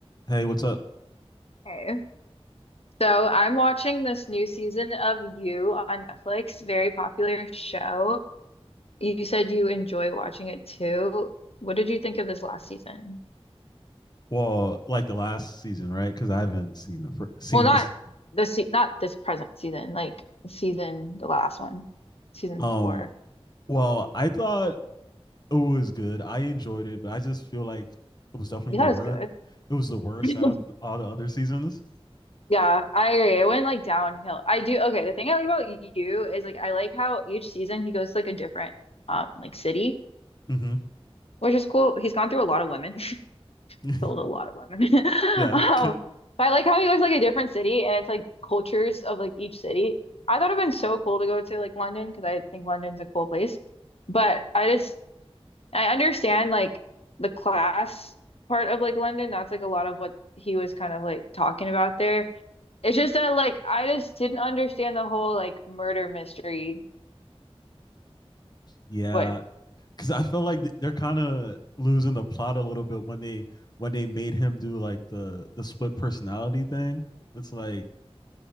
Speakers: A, on the left; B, on the left.
A: Hey, what's up?
B: Okay. So I'm watching this new season of You on Netflix, very popular show. You said you enjoy watching it too. What did you think of this last season?
A: Well, like the last season, right? Because I haven't seen the fir- seen
B: Well, not
A: this.
B: this se not this present season, like season the last one, season
A: Um,
B: four.
A: well, I thought it was good. I enjoyed it, but I just feel like it was definitely
B: You thought
A: the worst.
B: it was
A: It was the worst
B: good.
A: out of
B: <laughs>
A: all the other seasons.
B: Yeah, I agree. It went like downhill. I do. Okay, the thing I like about you is like I like how each season he goes to like a different um like city,
A: <laughs> hmm
B: which is cool. He's gone through a lot of women.
A: <laughs>
B: killed a lot of women. <laughs>
A: Yeah.
B: Um,
A: Ki-
B: but I like how he goes like a different city and it's like cultures of like each city. I thought it'd been so cool to go to like London because I think London's a cool place. But I just I understand like the class part of like London. That's like a lot of what he was kind of like talking about there. It's just that like I just didn't understand the whole like murder mystery.
A: Yeah.
B: But
A: because I feel like they're kind of losing the plot a little bit when they when they made him do like the the split personality thing. It's like